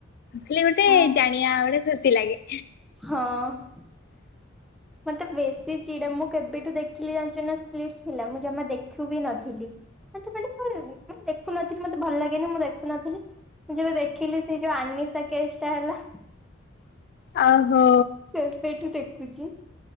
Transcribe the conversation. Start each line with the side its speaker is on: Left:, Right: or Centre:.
Left: ଖାଲି ଗୋଟେ
Centre: ଉଁ
Left: ଜାଣିବା ଗୋଟେ ଖୁସି ଲାଗେ।
Centre: ହଁ। ମୋତେ ବେଶୀ ଚିଡା ମୁଁ କେବେଠୁଁ ଦେଖିଲି ଜାଣିଛୁ ନାଁ ସ୍ପିଟସ୍ ଭିଲା ମୁଁ ଜମା ଦେଖୁ ବି ନଥିଲି। ମୋତେ ମାନ କାଇଁ ଦେଖୁନଥିଲି ମୋତେ ଭଲ ଲାଗେନି ମୁଁ ଦେଖୁନଥିଲି। ମୁଁ ଯେବେ ଦେଖିଲି ସେ ଯୋଉଁ ଆନିଶା କେଷ୍ଟା ହେଲା।
Left: ଆଉ ହୋ।
Centre: ସେବେଠୁଁ ଦେଖୁଛି।